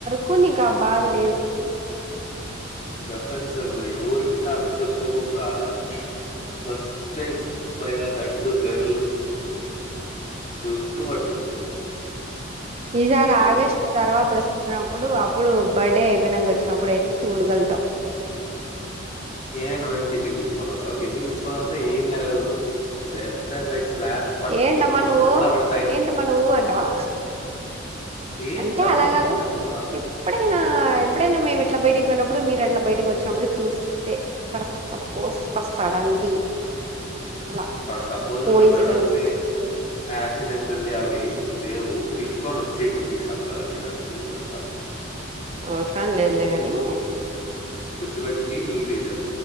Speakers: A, on the right; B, on the left.
A: కొ నీకు ఆ బాధ లేదు
B: ప్రపంచంంలో ఎవర్ విన్న అంత కోపం రాలే ఫస్ట్ టైమ్ పైగా దట్టు గర్ల్ జుట్టు పట్టు
A: ఈసారి
B: <inaudible>
A: ఆగస్ట్ తర్వాత వచ్చినప్పుడు అప్పుడు బర్త్డే అయ్యిపోయినాక వచ్చినప్పుడు అయితే చూడుగలుతాము
B: ఏ నువ్వేం కిందికి పిలుచుకోని వస్తావ కిందికి పిలుచుకోనీ వస్తె ఏం జరగదు లెఫ్ట్ అండ్ రైట్ స్లాబ్స్ పట్ట
A: ఏంటమ్మా
B: పట్ట పట్ట పట్ట
A: నువ్వు
B: పట్ట పట్ట పడతాయి
A: ఏంటమ్మా నువ్వు అంటావా
B: ఏంటమ్మ
A: అంటే అలా కాదు
B: గింటమ్మ
A: ఎప్పుడైనా ఎప్పుడైనా మేము ఇట్లా బయటికి పోయినప్పుడు మీరు అట్లా బయటకి వచ్చినప్పుడు చూస్తే ఫర్ సపోజ్ ఫర్ సడన్లీ అలా
B: for suppose
A: coincidence
B: for suddenly accidentally అవి ఏం లేవు పిల్చుకొని వచ్చేయి కిన్నికి సక్కదుని వాడు కిన్ని ఉంటారు. అ
A: అవసరలు లేదులే గాని
B: కూచుపెట్టి నీట్జం